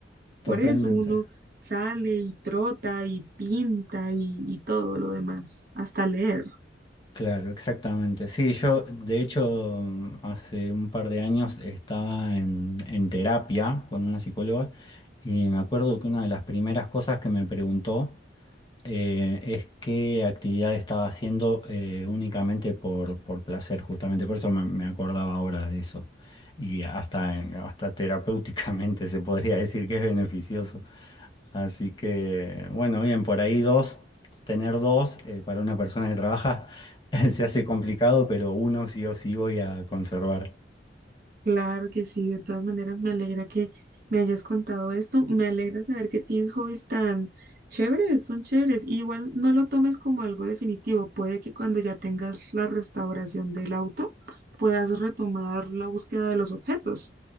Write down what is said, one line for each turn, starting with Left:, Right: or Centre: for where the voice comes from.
Left: Totalmente.
Right: Por eso uno sale y trota y pinta y, y todo lo demás, hasta leer.
Left: Claro, exactamente. Sí, yo de hecho mm, hace un par de años estaba en, en terapia con una psicóloga y me acuerdo que una de las primeras cosas que me preguntó eh, es qué actividad estaba haciendo eh, únicamente por, por placer, justamente. Por eso me, me acordaba ahora de eso. Y hasta, hasta terapéuticamente se podría decir que es beneficioso. Así que, bueno, bien, por ahí dos, tener dos eh, para una persona que trabaja <laughs> se hace complicado, pero uno sí o sí voy a conservar.
Right: Claro que sí, de todas maneras me alegra que me hayas contado esto. Me alegra saber que tienes hobbies tan chéveres, son chéveres. Y igual no lo tomes como algo definitivo. Puede que cuando ya tengas la restauración del auto puedas retomar la búsqueda de los objetos.